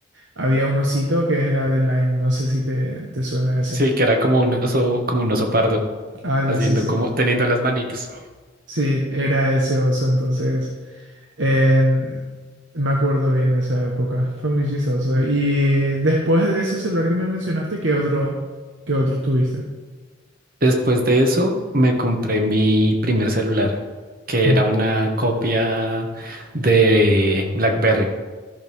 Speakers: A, on the right; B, on the right.
A: Había un osito que era de Line, no sé si te, te suena ese.
B: Sí, que era como un oso, como un oso pardo,
A: Algo
B: haciendo
A: así, sí.
B: como, teniendo las manitos.
A: Sí, era ese oso, entonces en- me acuerdo bien esa época, fue muy chistoso. Y después de ese celular que me mencionaste, ¿qué otro, qué otro tuviste?
B: Después de eso, me compré mi primer celular, que
A: Mm,
B: era una copia de BlackBerry.